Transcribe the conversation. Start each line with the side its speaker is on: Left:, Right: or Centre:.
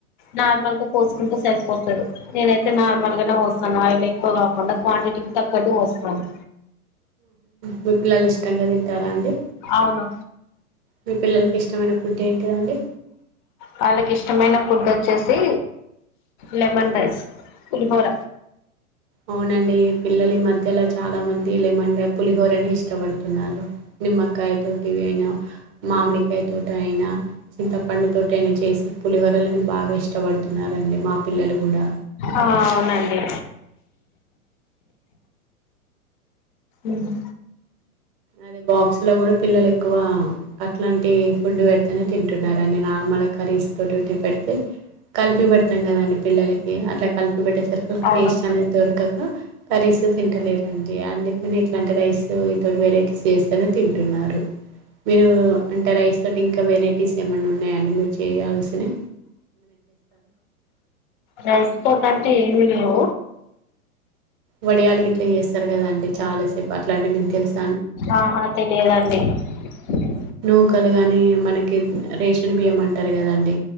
Left: నార్మల్ గా పోసుకుంటే సరిపోతారు నేనైతే నార్మల్ గానే పోస్తాను ఆయిల్ ఎక్కువ కాకుండా క్వాంటిటీకి తగ్గట్టు పోస్తాను
Right: మీ పిల్లలు ఇష్టంగా తింటారా అండి
Left: అవును
Right: మీ పిల్లలకు ఇష్టమైన ఫుడ్ ఏంటిదండి
Left: వాళ్ళకి ఇష్టమైన ఫుడ్ వచ్చేసి లెమన్ రైస్ పులిహోర
Right: అవునండి పిల్లలిఈమధ్య అలా చాలా మంది లెమన్ పులిహోరనే ఇష్టపడుతున్నారు నిమ్మకాయ తోటివి అయినా మామిడికాయ తోటి యినా చింత పండుతోటనే చేసి పులిహోరలని బాగా ఇష్టపడుతున్నారండి మా పిల్లలు కూడా
Left: ఆ అవునండి ఉహు
Right: అదే బాక్స్ లో కూడా పిల్లలు ఎక్కువ అట్లాంటి ఫుడ్ పెడితేనే నార్మల్ కర్రీస్ తోటీ పెడితే కలిపి పెడతాం కదండీ పిల్లలకి అట్లా కలిపి పెట్టేసరికి ఒక
Left: అవును
Right: టేస్ట్ అనేది దొరకదు కర్రీస్ తో తింటలేరండి అం కానీ ఇట్లాంటి రైస్ తోటి వెరై ఫేస్ చని తింటున్నారు మీరు అంటే రైస్ తోటి ఇంకా వెరైటీస్ ఏమైన్నా ఉన్నాయా అండి మీరు చేయయాల్సి చి
Left: రైస్ తోటి అంటే ఏమి హలో
Right: వడియాలు ఇట్లా చేస్తారు కదండి. చాలా సేపు అట్లాంటి మీక్ తెలుసు
Left: ఆహా తెలియదండి <inaudible>
Right: నూకలు కానీ మనకి రేషన్ బియ్యం అంటారు. కదండి